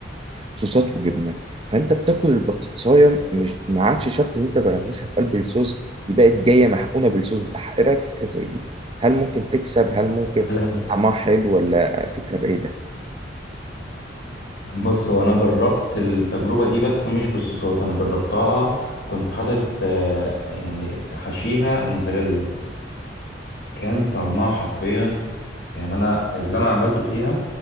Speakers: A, on the right; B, on the left.
A: صوصات وجبنه فانت بتاكل البطاطسايه مش ما عادش شرط ان انت تغمسها في قلب الصوص دي بقت جايه محقونه بالصوص بتاعها ايه رايك في فكره زي دي هل ممكن تكسب هل ممكن
B: لا
A: طعمها حلو ولا فكره بعيده
B: بص هو انا جربت التجربه دي بس مش بالصوصات انا جربتها كنت حاطط آه، يعني حشيها موزاريلا كان طعمها حرفيا يعني انا اللي انا عملته فيها